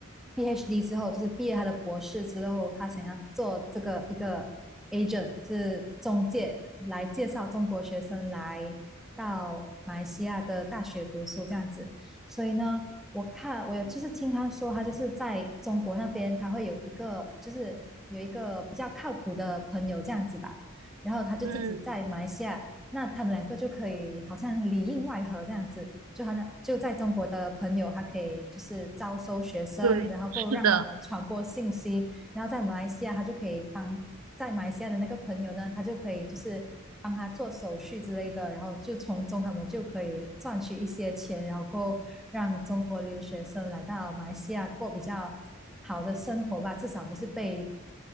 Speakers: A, in the centre; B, on the right (about 80°).
A: PhD 之后，就是毕业他的博士之后，他想要做这个一个 agent 是中介来介绍中国学生来到马来西亚的大学读书这样子。所以呢，我看我有就是听他说，他就是在中国那边他会有一个就是有一个比较靠谱的朋友这样子吧，然后他就自己在马来西亚，
B: 嗯，
A: 那他们两个就可以好像里应外合这样子。就他就在中国的朋友，他可以就是招收学生，
B: 对，
A: 然后够让他们传播信息，
B: 是的，
A: 然后在马来西亚他就可以帮在马来西亚的那个朋友呢，他就可以就是帮他做手续之类的，然后就从中他们就可以赚取一些钱，然后够让中国留学生来到马来西亚过比较好的生活吧，至少不是被